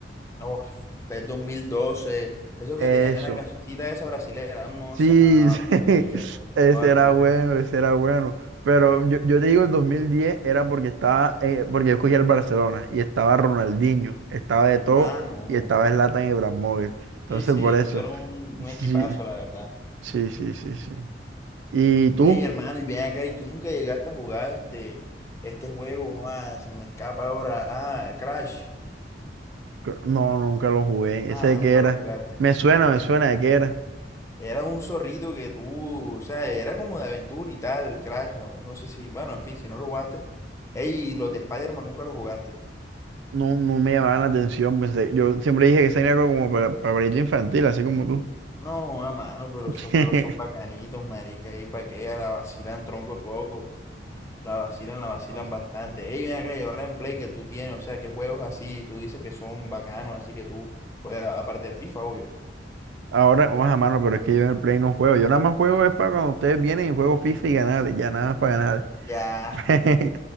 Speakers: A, on the left; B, on the right.
A: Oh, PES dos mil doce eso
B: eso,
A: que tenía la cancioncita esa brasilera, hermosa.
B: Sí,
A: Ah,
B: <laughs>
A: culé bien.
B: sí, ese
A: Ah,
B: era
A: culé.
B: bueno, ese era bueno. Pero yo, yo te digo, el 2010 era porque estaba, eh, porque yo escogí el Barcelona y estaba Ronaldinho, estaba de todo
A: Ah, no.
B: y estaba Zlatan Ibrahimovic. Entonces,
A: Sí, sí,
B: por eso,
A: eso era un, un
B: sí,
A: equipazo, la verdad.
B: sí, sí, sí, sí. ¿Y tú?
A: Ey, hermano, y bien acá, y tú nunca llegaste a jugar este, este juego, ah, se me escapa ahora. Ah, Crash.
B: Cr- No, nunca lo jugué.
A: Nada,
B: ¿Ese de
A: nunca
B: qué era?
A: lo jugaste.
B: Me suena,
A: Bueno,
B: me suena de qué era.
A: era un zorrito que tú, o sea, era como de aventura y tal, Crash, no, no sé si, bueno, en fin, si no lo jugaste. Ey, y los de Spider-Man nunca los jugaste.
B: No, no me llamaban la atención, pensé. Yo siempre dije que ese era como para, para pajarito infantil, así como tú.
A: No, a mano, pero
B: <laughs>
A: esos juegos son bacanitos, marica, y pa' que ella la vacilan tronco de poco, la vacilan, la vacilan
B: No, así
A: bastante.
B: la pasaste.
A: Ey, ven acá, y ahora en Play que tú tienes, o sea, qué juegos así, tú dices que son bacanos, así que tú juegas, aparte del FIFA, obvio.
B: Ahora, vamos a mano, pero es que yo en el Play no juego. Yo nada más juego es para cuando ustedes vienen y juego FIFA y ganar, ya nada más para ganar.
A: Ya,
B: <laughs>